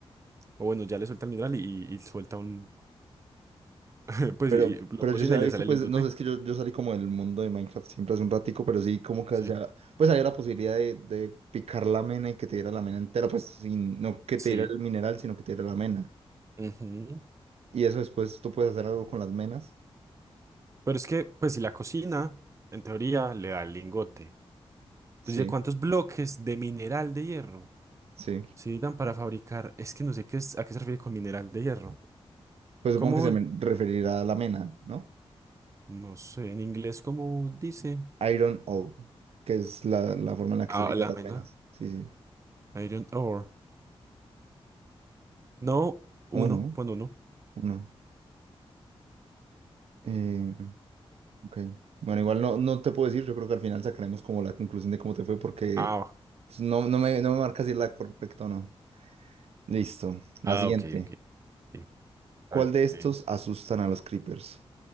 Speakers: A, on the right (about 30°); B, on the right (about 80°).
A: o bueno, ya le suelta el mineral y, y suelta un, <laughs> pues
B: pero,
A: y, y lo
B: pero
A: cocina
B: yo se había
A: y le
B: visto,
A: sale
B: pues,
A: el lingote.
B: no sé, es que yo, yo salí como del mundo de Minecraft siempre hace un ratico, pero sí como que,
A: Sí.
B: o sea, pues había la posibilidad de, de picar la mena y que te diera la mena entera, pues, sin, no que
A: Sí.
B: te diera el mineral, sino que te diera la mena.
A: Ujú.
B: Y eso después tú puedes hacer algo con las menas.
A: Pero es que, pues si la cocina, en teoría, le da el lingote. Entonces,
B: Sí,
A: ¿cuántos bloques de mineral de hierro
B: sí.
A: se necesitan para fabricar? Es que no sé qué es, a qué se refiere con mineral de hierro.
B: Pues supongo
A: ¿Cómo?
B: que se me referirá a la mena, ¿no?
A: No sé, en inglés, ¿cómo dice?
B: Iron Ore, que es la, la forma en la que
A: Ah,
B: se le dice
A: la
B: a las
A: mena.
B: venas. Sí, sí.
A: Iron Ore. No, uno,
B: Uno,
A: pon uno.
B: uno. Eh, ok. Bueno, igual no, no te puedo decir, yo creo que al final sacaremos como la conclusión de cómo te fue porque
A: Ah,
B: pues, no, no me, no me marca si es la correcta o no. Listo. La
A: Ah,
B: siguiente.
A: ok, ok. ok,
B: ¿Cuál
A: Está
B: de estos
A: bien.
B: asustan a los creepers?